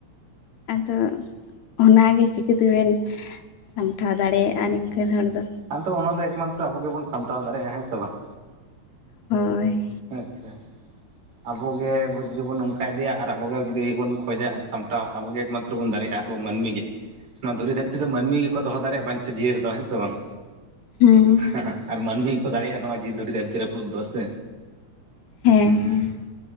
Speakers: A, on the left (about 75°); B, on the right (about 75°).
A: ᱟᱫᱚ ᱚᱱᱟᱜᱮ ᱪᱤᱠᱟᱹ ᱛᱮᱵᱮᱱ ᱥᱟᱢᱴᱟᱣ ᱫᱟᱲᱮᱭᱟᱜᱼᱟ ᱱᱤᱝᱠᱟᱹᱱ ᱦᱚᱲ ᱫᱚ
B: ᱟᱫᱚ ᱚᱱᱟ ᱫᱚ ᱮᱠᱢᱟᱛᱨᱚ ᱟᱵᱚ ᱜᱮᱵᱚᱱ ᱥᱟᱢᱴᱟᱣ ᱫᱟᱲᱮᱭᱟᱜᱼᱟ ᱦᱮᱸ ᱥᱮ ᱵᱟᱝ?
A: ᱦᱳᱭ
B: ᱟᱪᱪᱷᱟ ᱟᱵᱚᱜᱮ ᱡᱩᱫᱤ ᱵᱚᱱ ᱱᱚᱝᱠᱟ ᱤᱫᱤᱭᱟ ᱟᱨ ᱟᱵᱚᱜᱮ ᱡᱩᱫᱤ ᱵᱚᱱ ᱠᱷᱚᱡᱟ ᱥᱟᱢᱴᱟᱣ ᱟᱵᱚᱜᱮ ᱮᱠᱢᱟᱛᱨᱚ ᱵᱚᱱ ᱫᱟᱲᱮᱭᱟᱜᱼᱟ ᱟᱵᱚ ᱢᱟᱹᱱᱢᱤ ᱜᱮ ᱱᱚᱣᱟ ᱫᱷᱩᱨᱤ ᱫᱷᱟᱹᱨᱛᱤ ᱫᱚ ᱢᱟᱹᱱᱢᱤ ᱜᱮᱠᱚ ᱫᱚᱦᱚ ᱫᱟᱲᱮᱭᱟᱜᱼᱟ ᱵᱟᱧᱪᱟ ᱡᱤᱭᱟᱹᱲ ᱫᱚ ᱦᱮᱸ ᱥᱮ ᱵᱟᱝ
A: ᱦᱮᱸ
B: ᱦᱮᱸ ᱟᱨ ᱢᱟᱹᱱᱢᱤ ᱜᱮ ᱠᱚ ᱫᱟᱲᱮᱭᱟᱜᱼᱟ ᱱᱚᱣᱟ ᱡᱤ ᱫᱷᱩᱲᱤ ᱫᱷᱟᱹᱨᱛᱤ ᱨᱟᱹᱯᱩᱫ ᱫᱚ ᱥᱮ
A: ᱦᱮᱸ
B: ᱦᱩᱸ